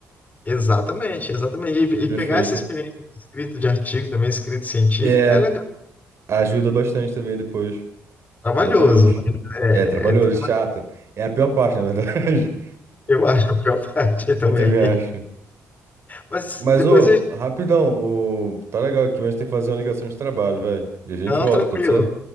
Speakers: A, on the left (about 30°); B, on the right (about 55°).
A: Exatamente, exatamente. E,
B: Perfeito.
A: e pegar essa experiência de escrita de artigo, também escrita científica,
B: É,
A: é legal,
B: ajuda bastante também depois.
A: trabalhoso,
B: Exatamente.
A: mas é,
B: É, trabalhoso,
A: é tra-
B: chato. É a pior parte, na verdade.
A: eu acho a pior <laughs> parte também.
B: Eu também acho.
A: Mas
B: Mas,
A: depois
B: ô,
A: a gente.
B: rapidão, o... tá legal aqui, mas tem que fazer uma ligação de trabalho, velho. E a gente
A: Não,
B: volta,
A: tranquilo.
B: pode ser?